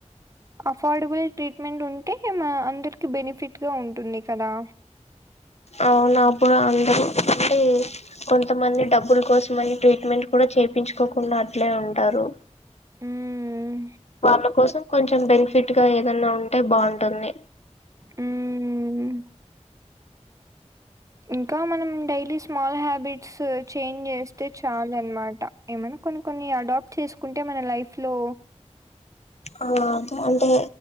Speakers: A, on the right; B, on the left.
A: అఫోర్డబుల్ ట్రీట్మెంట్ ఉంటే మా అందరికి బెనిఫిట్గా ఉంటుంది కదా
B: అవునాప్పుడు అందరూ అంటే కొంతమంది డబ్బుల కోసంమని మెట్ కూడా చేయించుకోకుండా అట్లే ఉంటారు
A: హ్మ్.
B: వాల కోసం కొంచెం బెనిఫిట్ గా ఏదన్నా ఉంటే బాగుంటుంది
A: హ్మ్. ఇంకా మనం డైలీ స్మాల్ హ్యాబిట్స్ చేంజ్ చేస్తే చాల అనమాట ఏమైనా కొన్ని కొన్ని అడాప్ట్ చేసుకుంటే మన లైఫ్లో
B: ఆ అదే అంటే